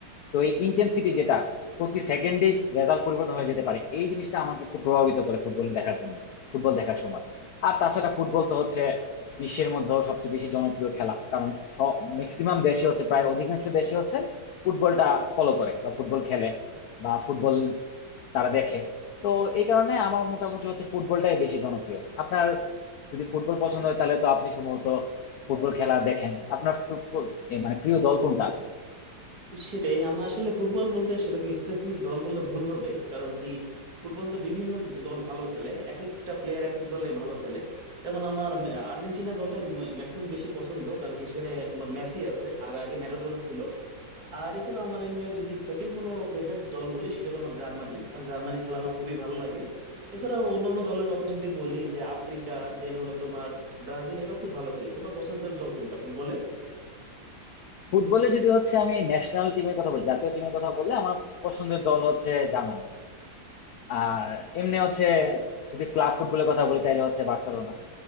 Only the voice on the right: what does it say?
সেটাই আমার আসলে ফুটবল বলতে সেরকম স্পেসিফিক দল বললে ভুল হবে কারণ কি ফুটবল তো বিভিন্ন দল ভালো খেলে এক একটা প্লেয়ার এক এক দলে ভালো খেলে যেমন আমার মে- আর্জেন্টিনা দলটা ম্যাক্সিমাম বেশি পছন্দ কারণ কি সেখানে তোমার মেসি আছে আর আগে ম্যারাডোনা ছিল আর এছাড়াও আমার এমনি যদি সেকেন্ড কোনো ফেভারিট দল বলি সেটা হলো আমার জার্মানি কারণ জার্মানির খেলা আমার খুবই ভালো লাগে এছাড়াও অন্যান্য দলের কথা যদি বলি যে আফ্রিকা দেন হলো তোমার ব্রাজিল এরাও খুব ভালো খেলে তোমার পছন্দের দল কোনটা ফুটবলে